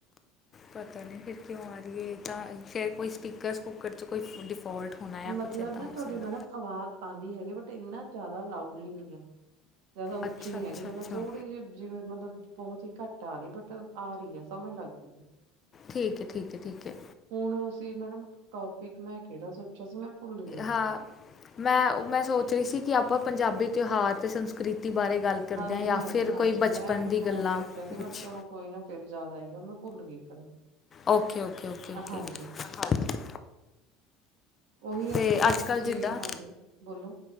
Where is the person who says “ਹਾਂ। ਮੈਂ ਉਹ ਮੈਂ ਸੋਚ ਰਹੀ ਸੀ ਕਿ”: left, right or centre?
Left